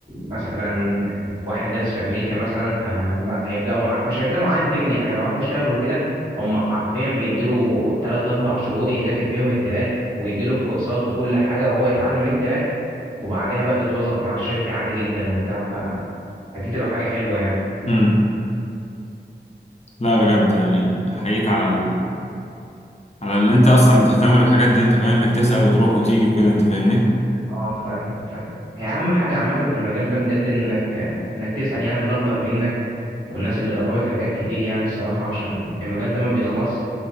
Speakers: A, on the right; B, on the left.
A: مثلا واحد دارس في امريكا مثلا فهيبداوا مع... مش هيبداوا معاه انترن يعني لو راح يشتغل وكده هم حرفيا بيديله 3 4 شهور يذاكر فيهم التراك ويديله الكورسات وكل حاجه وهو يتعلم التراك وبعدها بقى بيتوظف مع الشركه عادي جدا وبتاع فدي بتبقى حاجه حلوه يعني
B: امم لا بجد يعني احييك على ال... على اللي انت اصلا بتهتم بالحاجات دي انت فاهم انك تسأل وتروح وتيجي وكده انت فاهمني
A: اه ف... ف... هي اهم حاجه عامه في المجال ده بجد انك انك تسال يعني اللي اكبر منك والناس اللي جربت حاجات كتير يعني الصراحة عشان المجال ده ما بيخلص